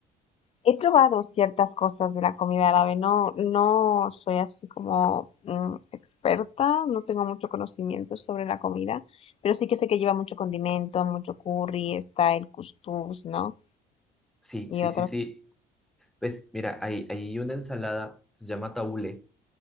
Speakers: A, on the left; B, in the centre.
A: He probado ciertas cosas de la comida árabe, no, no soy así como mm, experta, no tengo mucho conocimiento sobre la comida, pero sí que sé que lleva mucho condimento, mucho curry, está el cuscús, ¿no?
B: Sí,
A: Y
B: sí,
A: otros.
B: sí, sí. Pues mira, hay, hay una ensalada, se llama tabule,